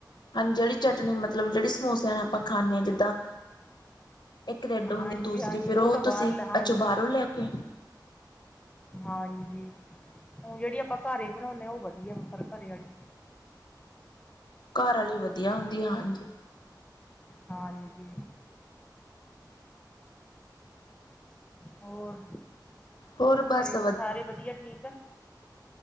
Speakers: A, on the left; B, on the left.
A: ਹਾਂਜੀ ਜੇੜੀ ਚਟਨੀ ਮਤਲਬ ਜਿਹੜੀ ਸਮੋਸਿਆਂ ਨਾਲ ਆਪਾਂ ਖਾਂਦੇ ਹਾਂ ਜਿੱਦਾਂ ਇੱਕ ਰੈਡ ਹੁੰਦੀ
B: ਹਾਂਜੀ
A: ਦੂਸਰੀ
B: ਹਾਂਜੀ
A: ਫਿਰ ਉਹ
B: ਤਾਂ ਬਾਹਰ
A: ਤੁਸੀਂ,
B: ਹਾਂਜੀ
A: ਅੱਜੋ ਬਾਹਰੋਂ ਲੈ ਕੇ
B: ਹਾਂਜੀ, ਹੁਣ ਜਿਹੜੀ ਆਪਾਂ ਘਰੇ ਹੀ ਬਣਾਉਂਦੇ ਆਂ ਉਹ ਵਧੀਆ, ਪਰ ਘਰੇ ਆਲੀ
A: ਘਰ ਵਾਲੀ ਵਧੀਆ ਹੁੰਦੀ, ਹਾਂਜੀ
B: ਹਾਂਜੀ ਹੋਰ,
A: ਹੋਰ ਬਸ
B: ਘਰੇ ਸਾਰੇ ਵਧੀਆ ਠੀਕ